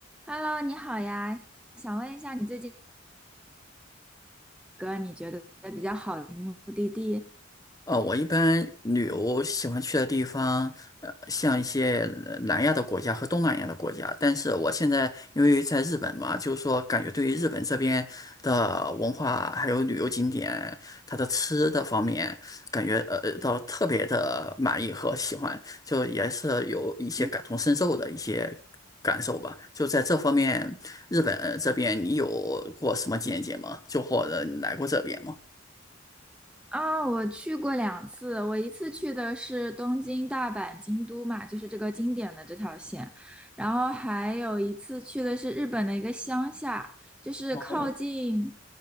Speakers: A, in the centre; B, on the left.
A: Hello，你好呀，想问一下你最近个你觉得比较好的目的地？
B: 呃，我一般旅游喜欢去的地方，呃，像一些呃南亚的国家和东南亚的国家。但是我现在因为在日本嘛，就是说感觉对于日本这边的文化还有旅游景点，它的吃的方面，感觉呃呃到特别的满意和喜欢，就也是有一些感同身受的一些感受吧。
A: 嗯
B: 就在这方面，日本这边你有过什么见解吗？就或者你来过这边吗？
A: 啊、我去过两次，我一次去的是东京、大阪、京都嘛，就是这个经典的这条线，然后还有一次去的是日本的一个乡下，就是靠近，
B: 哦。